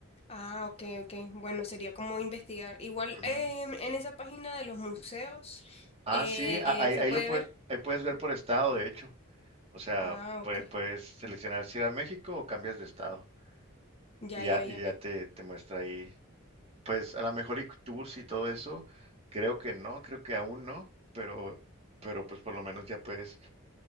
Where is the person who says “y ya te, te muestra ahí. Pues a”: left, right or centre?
Right